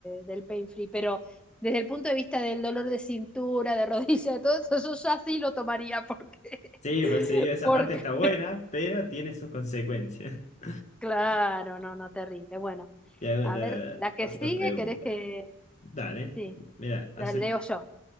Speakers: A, in the centre; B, on the left.
A: del pain free, pero desde el punto de vista del dolor de cintura, de rodilla, de todo eso, yo ya sí lo tomaría porque, <laughs>
B: Sí, por eso digo, esa
A: porque
B: parte está buena, pero tiene sus consecuencias. <laughs>
A: claro, no, no, terrible. Bueno,
B: Y hago
A: a
B: la
A: ver, la que
B: otra
A: sigue,
B: pregunta.
A: ¿querés que...
B: Dale,
A: Sí,
B: mira, hace...
A: la leo yo,